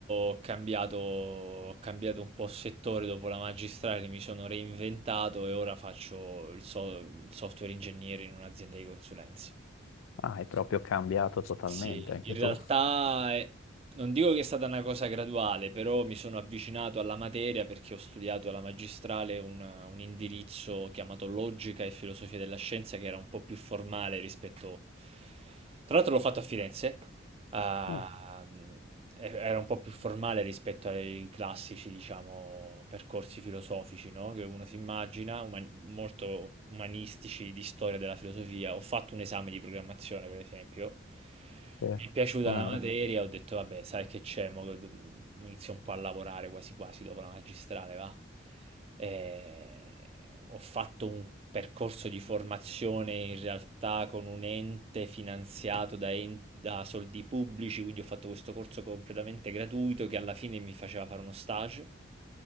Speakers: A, on the right; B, on the left.
A: ho cambiato, ho cambiato un po' settore dopo la magistrale, mi sono reinventato e ora faccio il so- il software ingegnere in un'azienda di consulenza.
B: Ah, hai proprio cambiato totalmente
A: Sì,
B: anche
A: in realtà
B: tu.
A: eh, non dico che è stata una cosa graduale, però mi sono avvicinato alla materia perché ho studiato alla magistrale un, un indirizzo chiamato Logica e Filosofia della Scienza che era un po' più formale rispetto... Tra l'altro l'ho fatto a Firenze Ah,
B: Ah,
A: mh, e- era un po' più formale rispetto ai classici, diciamo, percorsi filosofici, no? Che uno si immagina, uma- molto umanistici di storia della filosofia. Ho fatto un esame di programmazione, per esempio.
B: sì.
A: Mi è piaciuta
B: Com'era?
A: la materia, ho detto, vabbè, sai che c'è, mo do- inizio un po' a lavorare quasi quasi dopo la magistrale, va? Eh, ho fatto un percorso di formazione in realtà con un ente finanziato da, en- da soldi pubblici, quindi ho fatto questo corso completamente gratuito che alla fine mi faceva fare uno stage